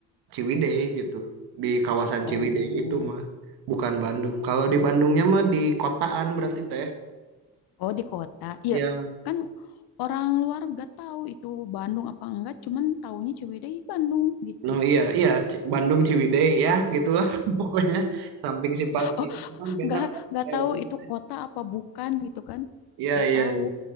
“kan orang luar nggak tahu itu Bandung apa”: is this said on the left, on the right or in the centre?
Left